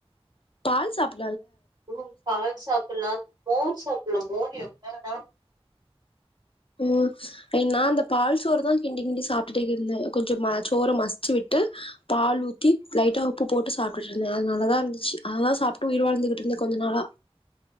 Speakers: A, on the left; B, on the right.
A: பால் சப்ப
B: உம் பால் சாப்பிடலாம் மோர் சாப்பிடலாம் மோரிய ஆஹ்ஹ
A: உஹம் ஏன்னா அந்த பால் சோறு தான் கிண்டி கிண்டி சாப்பிட்டுட்டே இரு இருந்தேன் கொஞ்சம் ம சோறை மசச்சு விட்டு பால் ஊத்தி லைட்டா உப்பு போட்டு சாப்பிட்டுட்டு இருந்தேன் அது நல்லதா இருந்துச்சு அததுதான் சாப்பிட்டு உயிர் வாழ்ந்துகிட்டு இருந்தேன் கொஞ்ச நாளா